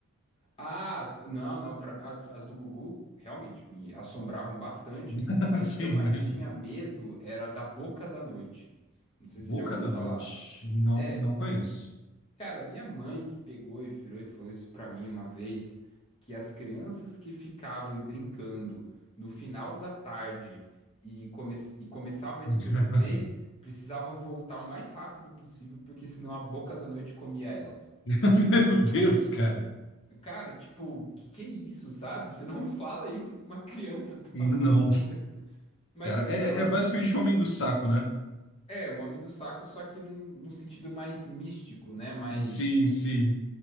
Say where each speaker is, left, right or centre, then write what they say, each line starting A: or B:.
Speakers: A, on the left; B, on the left.
A: Ah, não, não, pra, as, as do Gugu realmente me assombravam bastante,
B: <laughs>
A: mas
B: Assim,
A: o que eu mais
B: velho.
A: tinha medo era da Boca da Noite. Não sei
B: Boca
A: se você já ouviu
B: da
A: falar.
B: Noite. Não,
A: É,
B: não conheço.
A: cara, minha mãe que pegou e virou e falou isso pra mim uma vez, que as crianças que ficavam brincando no final da tarde e, come, e começava a
B: <laughs>
A: escurecer, precisavam voltar o mais rápido possível, porque senão a Boca da Noite comia elas.
B: Meu Deus, cara.
A: Cara, tipo, que que é isso, sabe? Você não <laughs> fala isso pra uma criança, <laughs>
B: Não.
A: pelo amor de Deus. Mas
B: Cara,
A: assim,
B: é,
A: ela
B: é é basicamente
A: se-
B: Homem do Saco, né?
A: é o Homem do Saco, só que num, num sentido mais místico, né? Mais,
B: Sim, sim.